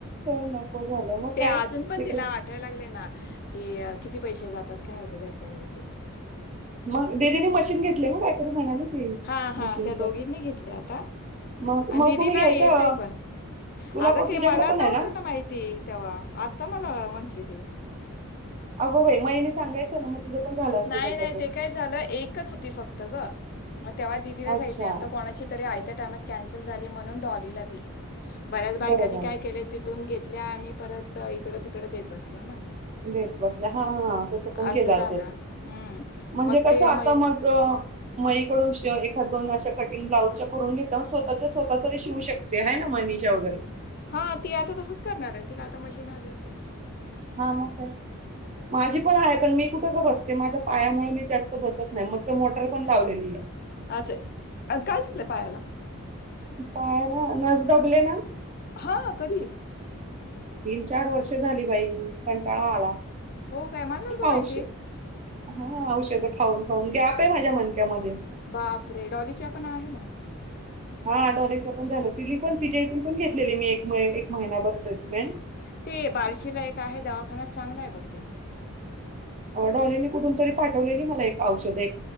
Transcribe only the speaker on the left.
ते
अजून पण
तिला वाटायला लागले ना कि किती पैसे जातात काय होते घरच्या वरे केलं तर
हा हा
त्या दोघींनी घेतल्या आता
आणि दिदीला
येतय पण
अगं
ते
मला
नव्हतं
ना माहिती तेव्हा आत्ता मला म्हंटली ते
नाही
नाही ते काय झालं एकच होती फक्त ग मग तेव्हा दिदीलाचऐितले
नंतर कोणाची तरी त्या टामात कॅन्सल झाली म्हणून डॉलीला दिली बऱ्याच बायकांनी
काय केले तिथून घेत ल्या आणि परत इकड तिकड देत बसल्या ना
असं
झालं
हम्म
मग
ते
म
हा ती आता तसच करणार आहे तिला आता मशीन आल्या होत्या
असं काय दिसलं पायाला
हा कधी
हो काय मला नव्हतं माहिती
बापरे डॉलीच्या पण आहे ना
ते बार्शीला एक आहे दवाखानात चांगला आहे बघ ते